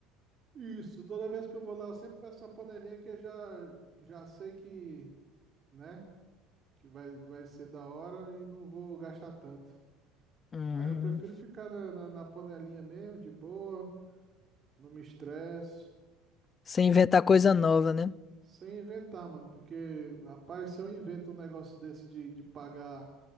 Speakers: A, on the right; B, on the left.
A: Isso, toda vez que eu vou lá, eu sempre peço uma panelinha que eu já, já sei que, né? que vai, vai ser da hora e não vou gastar tanto.
B: Hum,
A: Aí eu prefiro ficar na, na, na panelinha mesmo, de boa, não me estresse,
B: sem
A: e
B: inventar coisa nova, né?
A: sem inventar, mano, porque, rapaz, se eu invento um negócio desse de, de pagar